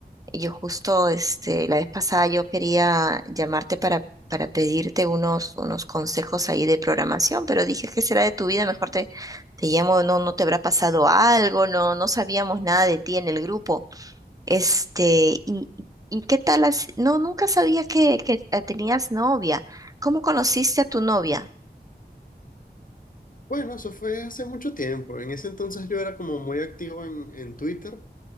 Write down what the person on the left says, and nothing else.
Bueno, eso fue hace mucho tiempo. En ese entonces yo era como muy activo en, en Twitter